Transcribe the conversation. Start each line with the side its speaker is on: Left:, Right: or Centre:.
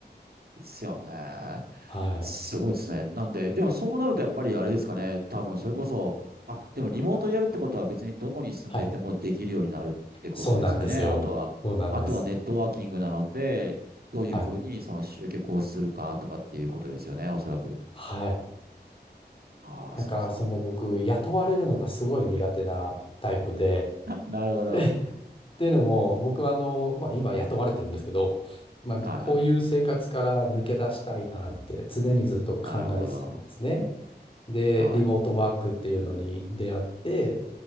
Right: ですよね。
Left: はい。
Right: すごいですね。なんで、でもそうなるとやっぱりあれですかね。多分それこそ、あ、でもリモートでやるってことは別にどこに住んでいてもできるようになるってことですよね。
Left: はい。そうなんですよ。
Right: あとは、
Left: そうなんです。
Right: あとはネットワーキングなので、どういうふうにその集客をするかとかっていうことですよね。
Left: はい。
Right: おそらく。
Left: はい。
Right: ああ、
Left: なんか、
Right: そうですね。
Left: その僕、雇われるのがすごい苦手なタイプで、
Right: なるほど。
Left: で、っていうのも、僕はあの、まあ、今雇われてるんですけど、まあ、
Right: はいはい。
Left: こういう生活から抜け出したいなって常にずっと考えてたんですね。
Right: なるほど。
Left: で、
Right: はい。
Left: リモートワークっていうのに出会って、